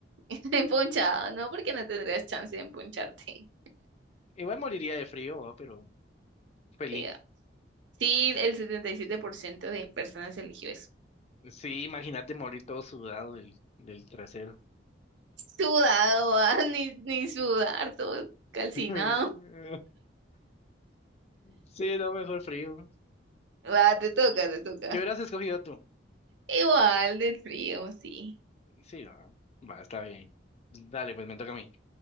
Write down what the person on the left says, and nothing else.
Igual moriría de frío, ¿va? Pero feliz.
Sí, imagínate morir todo sudado y del trasero.
<laughs> Sí, no, mejor frío.
¿Qué hubieras escogido tú?
Sí, va, va, está bien. Dale, pues me toca a mí.